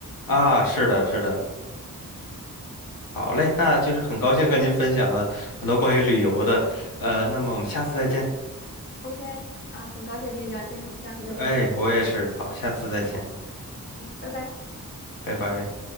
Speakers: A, on the left; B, on the left.
A: 啊。是的，是的，好嘞，那就是很高兴和您分享了很多关于旅游的，呃，那么我们下次再见。
B: OK，啊，很高兴跟你聊天，很，们下次再继续，
A: 哎，我也是，好，下次再见，
B: 拜拜。
A: 拜拜。